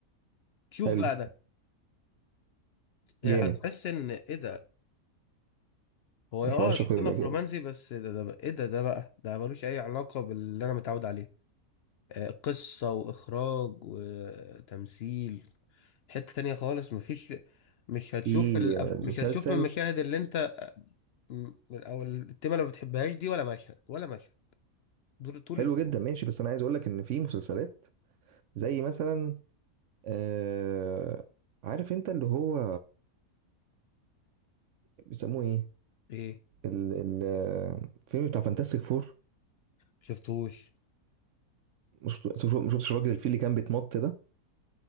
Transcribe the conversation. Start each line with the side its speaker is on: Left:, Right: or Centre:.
Left: شوف
Right: حلو
Left: بقى ده إيه
Right: جامد
Left: هتحس ان ايه ده هو اه
Right: الحوار شكله
Left: يصنف
Right: يبقى جامد
Left: رومانسي بس ده, ده بقى- ايه ده ده بقى ده ملوش اي علاقه باللي انا متعود عليه آه، قصه واخراج وتمثيل حته تانية خالص مفيش مش هتشوف
Right: في
Left: الأف...
Right: مسلسل
Left: مش هتشوف المشاهد اللي انت م- او التيمه اللي ما بتحبهاش دي ولا مشهد ولا مشهد دول طول
Right: حلو
Left: الفيلم
Right: جدا ماشي بس انا عايز اقول لك ان في مسلسلات زي مثلا آه عارف انت اللي هو بيسموه ايه
Left: ايه
Right: ال- ال- الفيلم بتاع فانتاستيك فور
Left: شفتوش
Right: مش مش شفتش الراجل الفيل اللي كان بيتنط ده